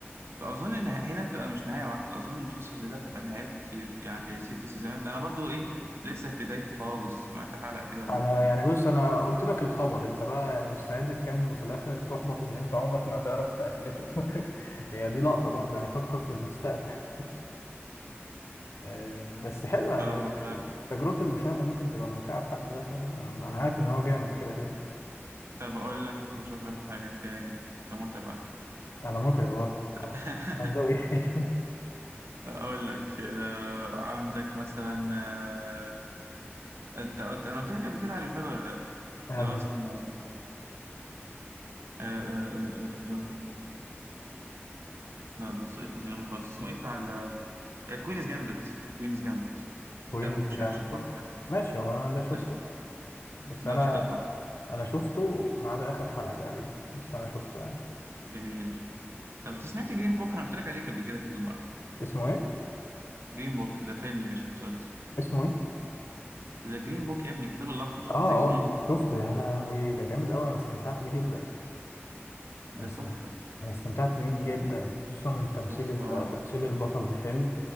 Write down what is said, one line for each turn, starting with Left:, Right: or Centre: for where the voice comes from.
Right: اظن ان هنا بتبقى مش نهايه واحده اظن مسلسل زي ده هتبقى نهايته كتير يعني ست سيزونات ده انا برضو ايه لسه في بدايته خالص سمعت حلقه كده ولا
Left: انا
Right: اتنين
Left: يعني بص انا قلت لك الخبر انت بقى يعني مستعد تكمل وفي الاخر تحبط ان انت عمرك ما تعرف قفلته <laughs> هي دي لقطه برضه يعني فكر في المستقبل <laughs> آه، بس حلو يعني
Right: طب
Left: مش- تجربه المشاهده ممكن تبقى ممتعه في حد ذاتها انا أنا عارف ان هو جامد كده كده
Right: طب أقول لك أشوف لك حاجة تاني ده متعب على فكرة
Left: انا متعب اه <laughs> آه،
Right: <laughs>
Left: عاوز أقول إيه؟ <laughs>
Right: أقول لك آه، عندك مثلا آه، أنت قلت أنا قلت لك قبل كده على البتاع ده ولا لأ
Left: يعني
Right: اللي هو اسمه آه، آه، آه، آه، آه، لا ده سقط من دماغي خالص اسمه إيه بتاع كوينز جامبت كوينز جامبت
Left: كوين
Right: ده ما فيهوش
Left: جامد
Right: أكشن خالص ده
Left: ماشي هو انا ده شفته
Right: ده
Left: بس انا
Right: ده ده تحفة
Left: انا شفته ما عدا اخر حلقة تقريبا بس انا شفته يعني
Right: جميل طب أنت سمعت جرين بوك أنا قلت لك عليه قبل كده كذا مرة
Left: اسمه ايه
Right: جرين بوك ده فيلم مش مسلسل
Left: اسمه ايه
Right: ذا جرين بوك يا ابني الكتاب الأخضر
Left: اه
Right: ذا جرين
Left: اه
Right: بوك
Left: شفته يا لهوي ده جامد قوي انا استمتعت بيه جدا
Right: ده
Left: انا استم-
Right: تحفة
Left: أنا استمتعت بيه جدا خصوصا تمثيل
Right: تحفة
Left: ال-
Right: آه
Left: تمثيل البطل حلو